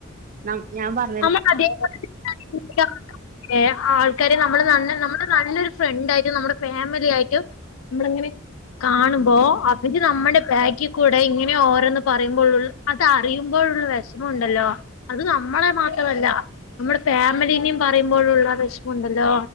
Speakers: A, on the right (about 40°); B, on the left (about 70°).
A: നം ഞാൻ പറ
B: നമ്മൾ അതെ ആൾക്കാരെ <unintelligible> ആൾക്കാരെ നമ്മള് നല്ല നമ്മുടെ നല്ലൊരു ഫ്രണ്ടായിട്ടും നമ്മുടെ ഫാമിലി ആയിട്ടും നമ്മളങ്ങനെ കാണുമ്പോ അവര് നമ്മുടെ ബാക്കിൽ കൂടെ ഇങ്ങനെ ഓരോന്ന് പറയുമ്പോഴ അത് അറിയുമ്പോഴുള്ള വിഷമമുണ്ടല്ലോ അത് നമ്മളെ മാ ത്രമല്ല നമ്മുടെ ഫാമിലിനേം പറയുമ്പോഴുള്ള വിഷമം ഉണ്ടല്ലോ